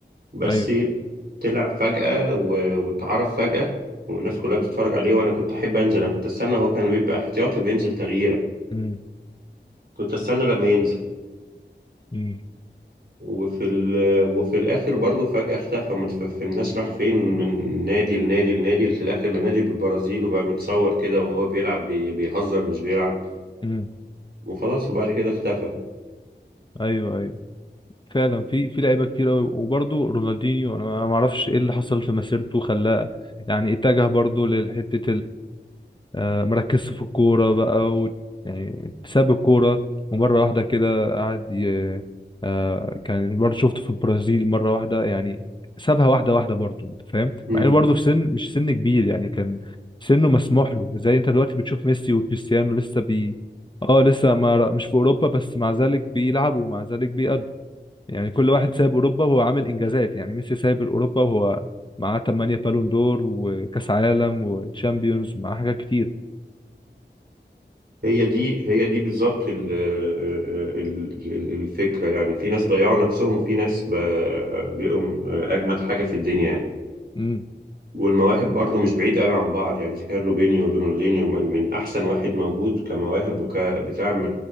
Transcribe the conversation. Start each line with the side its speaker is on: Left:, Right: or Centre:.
Right: بس
Left: ايوه
Right: طلع فجأة و- واتعرف فجأة والناس كلها بتتفرج عليه وانا كنت احب انزل انا كنت استنى هو كان بيبقى احتياطي وبينزل تغييره
Left: امم
Right: كنت استنى لما ينزل
Left: امم
Right: وفي ال... وفي الاخر برضه فجأة اختفى ما تفهمناش راح فين من نادي لنادي لنادي في الاخر لنادي بالبرازيل وبقى متصور كده وهو بيلعب بي... بيهزر مش بيلعب
Left: امم
Right: وخلاص وبعد كده اختفى
Left: ايوه ايوه فعلا في في لعيبه كتير قوي وبرده رونالدينيو انا ما اعرفش ايه اللي حصل في مسيرته خلاه يعني اتجه برضه لحته آه، مركزش في الكورة بقى و... يعني ساب الكورة ومرة واحدة كده قعد ي... آه، كان برضه شفته في البرازيل مرة واحدة يعني سابها واحدة واحدة برضه أنت فاهم؟
Right: مم.
Left: مع إنه برضه في سن مش سن كبير يعني كان سنه مسموح له زي أنت دلوقتي بتشوف ميسي وكريستيانو لسه بي اه لسه ما مش في أوروبا بس مع ذلك بيلعبوا ومع ذلك بيأدوا يعني كل واحد سايب أوروبا وهو عامل إنجازات يعني ميسي سايب أوروبا وهو معاه 8 بالون دور وكأس عالم وتشامبيونز ومعاه حاجات كتير
Right: هي دي هي دي بالظبط ال- آه، ال- ال- الفكرة يعني في ناس ضيعوا نفسهم وفي ناس ب- بقوا أجمد حاجة في الدنيا يعني
Left: امم
Right: والمواهب برضو مش بعيد قوي عن بعض يعني إذا كان روبينيو ورونالدينيو من, من أحسن واحد موجود كمواهب وكبتاع م-